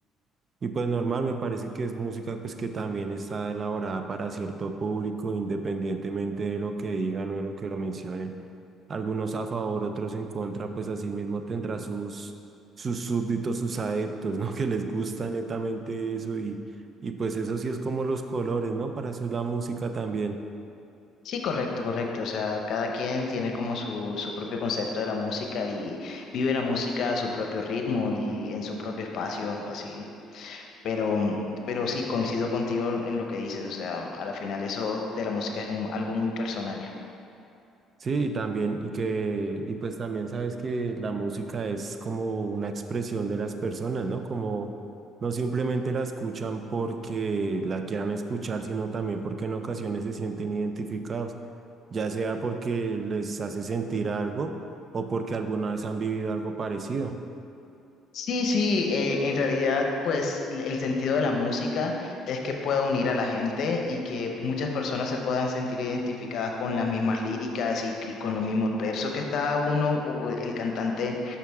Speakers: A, on the right; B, on the left.
A: y pues normal, me parece que es música pues que también está elaborada para cierto público, independientemente de lo que digan o de lo que lo mencionen. Algunos a favor, otros en contra, pues así mismo tendrá sus, sus súbditos, sus adeptos, ¿no? <laughs> Que les gusta netamente eso y, y pues eso sí es como los colores, ¿no? Para eso es la música también.
B: Sí, correcto, correcto. O sea, cada quien tiene como su, su propio concepto de la música y vive la música a su propio ritmo y en su propio espacio, así. Pero, pero sí, coincido contigo en en lo que dices. O sea, a la final eso de la música es un- algo muy personal.
A: Sí, y también, y que, y pues también sabes que la música es como una expresión de las personas, ¿no? Como no simplemente la escuchan porque la quieran escuchar, sino también porque en ocasiones se sienten identificados, ya sea porque les hace sentir algo o porque alguna vez han vivido algo parecido.
B: Sí, sí, eh, en realidad, pues l- el sentido de la música es que pueda unir a la gente y que muchas personas se puedan sentir identificadas con las mismas líricas y, y con los mismos versos que está uno o o el cantante